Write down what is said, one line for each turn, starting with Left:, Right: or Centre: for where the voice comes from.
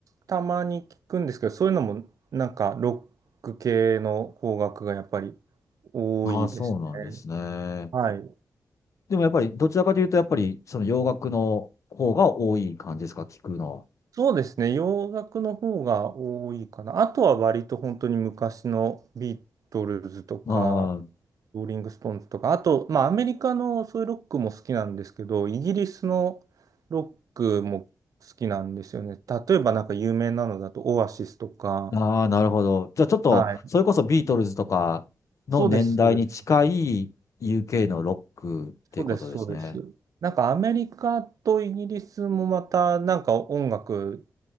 Right: たまに聞くんですけど、そういうのも、なんか、ロック系の邦楽がやっぱり多いですね。
Left: ああ、そうなんですね。
Right: はい。
Left: でもやっぱり、どちらかというと、やっぱりその洋楽の方が多い感じですか、聞くの
Right: そうですね。洋楽の方が多いかな。あとは割と本当に昔のビートルズとか、
Left: は。ああ、
Right: ローリングストーンズとか、あと、まあアメリカのそういうロックも好きなんですけど、イギリスのロックも好きなんですよね。例えばなんか有名なのだとオアシスとか。
Left: ああ、なるほど。じゃあちょっと、
Right: はい。
Left: それこそビートルズとかの年代に近い
Right: そうです、そうです。
Left: UK のロックっていうことですね。
Right: そうです、そうです。なんかアメリカとイギリスもまたなんか音楽